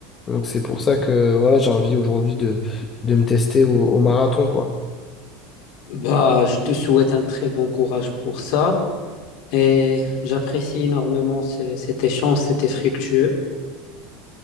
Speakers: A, on the left (about 20°); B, on the left (about 60°).
A: Donc, c'est pour ça que voilà, j'ai envie aujourd'hui de, de me tester au, au marathon, quoi.
B: Bah, je te souhaite un très bon courage pour ça. Et j'apprécie énormément ce- cet échange, c'était fructueux.